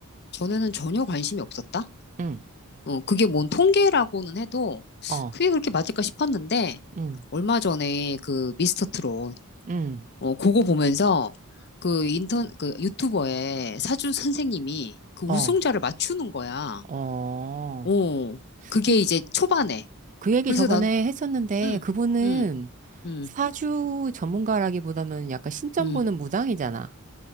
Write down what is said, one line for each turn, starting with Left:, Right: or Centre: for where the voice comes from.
Left: 전에는 전혀 관심이 없었다.
Right: 음,
Left: 어 그게 뭔 통계라고는 해도
Right: 어,
Left: 그게 그렇게 맞을까 싶었는데
Right: 음,
Left: 얼마 전에 그 미스터 트롯
Right: 음,
Left: 어 그거 보면서 그 인턴 그 유튜버의 사주 선생님이 그 우승자를
Right: 어,
Left: 맞추는 거야.
Right: 어.
Left: 어 그게
Right: 그,
Left: 이제 초반에
Right: 그 얘기
Left: 그래서
Right: 저번에
Left: 난
Right: 했었는데
Left: 응,
Right: 그분은
Left: 응, 응,
Right: 사주 전문가라기보다는 약간 신점
Left: 응.
Right: 보는 무당이잖아.